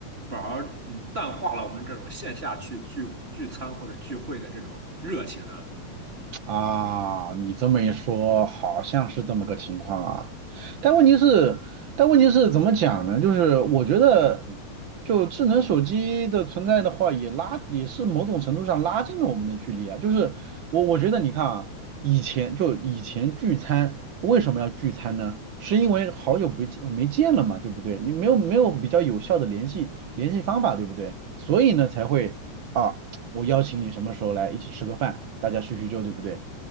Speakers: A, on the right; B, on the right.
A: 反而嗯淡化了我们这种线下去聚聚餐或者聚会的这种热情呢？
B: 啊，你这么一说，好像是这么个情况啊。但问题是，但问题是怎么讲呢？就是我觉得，就智能手机的存在的话，也拉也是某种程度上拉近了我们的距离啊。就是我我觉得你看啊，以前就以前聚餐为什么要聚餐呢？是因为好久不见没见了嘛，对不对？你没有没有比较有效的联系联系方法，对不对？所以呢才会。啊。我邀请你什么时候来一起吃个饭，大家叙叙旧，对不对？